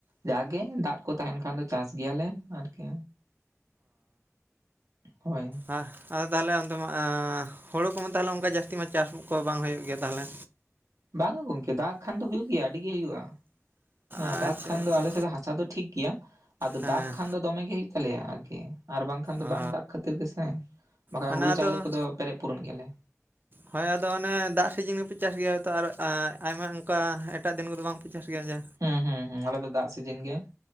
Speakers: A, on the right; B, on the right.
A: ᱡᱟᱜᱮ ᱫᱟᱜ ᱠᱚ ᱛᱟᱦᱮᱱ ᱠᱷᱟᱱ ᱫᱚ ᱪᱟᱥ ᱜᱮᱭᱟᱞᱮ ᱟᱨᱠᱤ᱾ ᱦᱳᱭ
B: ᱚᱦᱚ ᱟᱫᱚ ᱛᱟᱦᱚᱞᱮ ᱚᱱᱛᱮ ᱢᱟ, ᱦᱳᱲᱳ ᱠᱚᱢᱟ ᱛᱟᱦᱚᱞᱮ ᱚᱱᱠᱟ ᱡᱟᱹᱥᱛᱤ ᱢᱟ ᱪᱟᱥ ᱠᱚ ᱵᱟᱝ ᱦᱳᱭᱚᱜ ᱜᱮᱭᱟ ᱛᱟᱦᱚᱞᱮ?
A: ᱵᱟᱝᱼᱟ ᱜᱚᱝᱠᱮ, ᱫᱟᱜ ᱠᱷᱟᱱ ᱫᱚ ᱦᱩᱭᱩᱜ ᱜᱮᱭᱟ ᱟᱹᱰᱤ ᱜᱮ ᱦᱩᱭᱩᱜᱼᱟ᱾ ᱦᱟᱸ
B: ᱟᱪᱪᱷᱟ
A: ᱫᱟᱜ ᱠᱷᱟᱱ
B: ᱟᱪᱪᱷᱟ
A: ᱫᱚ ᱟᱞᱮ ᱥᱮᱫ ᱫᱚ ᱦᱟᱥᱟ ᱫᱚ ᱴᱷᱤᱠ ᱜᱮᱭᱟ᱾ ᱟᱫᱚ
B: ᱦᱮᱸ
A: ᱫᱟᱜ ᱠᱷᱟᱱ ᱫᱚ ᱫᱚᱢᱮ ᱜᱮ ᱦᱩᱭᱩᱜ ᱛᱟᱞᱮᱭᱟ᱾ ᱟᱨᱠᱤ ᱟᱨ ᱵᱟᱝᱠᱷᱟᱱ ᱫᱚ
B: ᱚ
A: ᱵᱟᱝ ᱫᱟᱜ ᱠᱷᱟᱹᱛᱤᱨ ᱜᱮᱥᱮ, ᱵᱟᱠᱷᱟᱱ
B: ᱢᱟᱱᱮ
A: ᱦᱩᱲᱩ
B: ᱟᱫᱚ
A: ᱪᱟᱹᱣᱞᱮ ᱠᱚᱫᱚ ᱯᱮᱨᱮᱡ ᱯᱩᱨᱚᱱ ᱜᱮᱭᱟᱞᱮ᱾
B: ᱦᱳᱭ ᱟᱫᱚ ᱚᱱᱮ ᱫᱟᱜ ᱥᱤᱡᱤᱱ ᱜᱮᱯᱮ ᱪᱟᱥ ᱜᱮᱭᱟ ᱛᱚ, ᱟᱨ ᱟᱭ ᱟᱭᱢᱟ ᱚᱱᱠᱟ ᱮᱴᱟᱜ ᱫᱤᱱ ᱠᱚᱫᱚ ᱵᱟᱝᱯᱮ ᱪᱟᱥ ᱜᱮᱭᱟ ᱪᱮ?
A: ᱦᱩᱸ ᱦᱩᱸ ᱦᱩᱸ, ᱟᱞᱮ ᱫᱚ ᱫᱟᱜ ᱥᱤᱡᱤᱱ ᱜᱮ